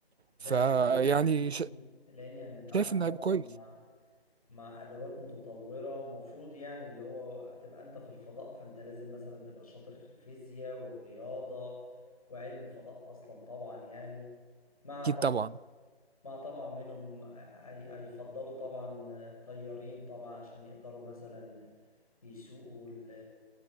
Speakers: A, on the left (about 35°); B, on the right (about 75°).
A: ده
B: فيعني
A: أكيد يعني لأن لأن هنتعامل
B: شايف انه
A: طبعا
B: هيبقى كويس
A: مع ادوات متطوره ومفروض يعني اللي هو هتبقى انت في الفضاء فانت لازم مثلا تبقى شاطر في الفيزياء والرياضه وعلم الفضاء اصلا طبعا يعني مع
B: اكيد
A: طبعا
B: طبعا
A: مع طبعا منهم هي- هيفضلوا طبعا طيارين طبعا عشان يقدروا مثلا يسوقوا ال-